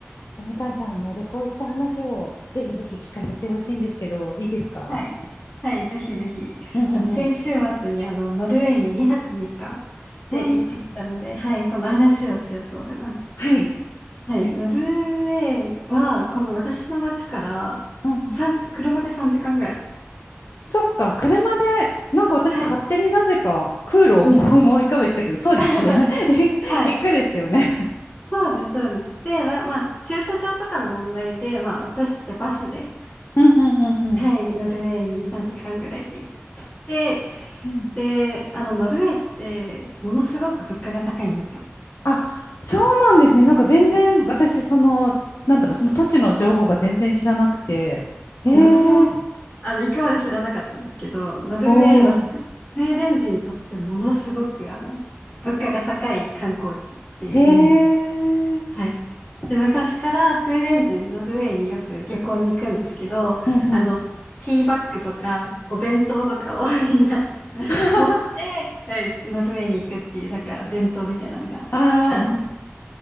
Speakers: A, on the left (about 65°); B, on the left (about 35°).
A: ちょっとみかんさん、あの旅行行った話をぜひぜひ聞かせてほしいんですけど、いいですか
B: はい。はい、ぜひぜひ。
A: うんうんうん。
B: あの、先週末にあの、ノルウェーに2泊3日で行ってきたので、
A: あ
B: はい、その話をしようと思います。
A: はい。
B: はい、
A: え
B: ノルウェーは、この私の町から3時車で3時間ぐらい。
A: うんうん。そっか、車で、なんか私勝手になぜか空路を思い浮かべてたけど、
B: はい。うん。
A: そうですよね。
B: <laughs>
A: <laughs>
B: はい。
A: 陸ですよね。
B: そうです、そうです。で、ま、まあ、駐車場とかの問題で、まあ、私たちバスで、
A: うんうんうんうん。
B: はい、ノルウェーに3時間ぐらいで行って、
A: うん。
B: で、あの、ノルウェーって、ものすごく物価が高いんですよ。
A: あ、そうなんですね。なんか全然私、
B: はい。
A: その、なんだろう、その土地の情報が全然知らなくて。へ
B: はい私も
A: え、
B: あの、行くまで知らなかったんですけど、ノルウェーはスウェスウェーデン人にとってものすごく、
A: おお。
B: あの、物価が高い観光地っていうイメージ。
A: へえ。
B: はい。で、昔からスウェーデン人、ノルウェーによく旅行に行くんですけど、
A: うんうん。
B: あの、ティーバッグとか、お弁当とかを <laughs> みんな <laughs>
A: <laughs>
B: 持って、はい、ノルウェーに行くっていう、なんか伝統みたいなのがある。
A: ああ